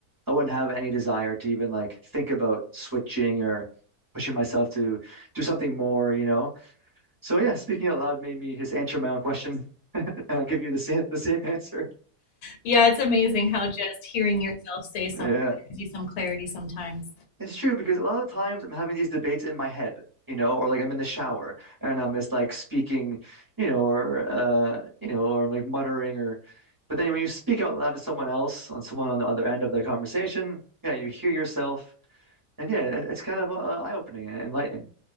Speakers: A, on the right (about 15°); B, on the left (about 80°).
A: I wouldn't have any desire to even like think about switching or pushing myself to do something more, you know? So yeah, speaking out loud made me just answer my own question, <laughs> uh, giving you the same the same answer.
B: Yeah, it's amazing how just hearing yourself say something
A: Yeah.
B: gives you some clarity sometimes.
A: It's true because a lot of times I'm having these debates in my head, you know, or like I'm in the shower and I'm just like speaking, you know, or uh, you know, or like muttering or but then when you speak out loud to someone else on someone on the other end of the conversation, yeah, you hear yourself and yeah, it- it's kind of uh, eye-opening and enlightening.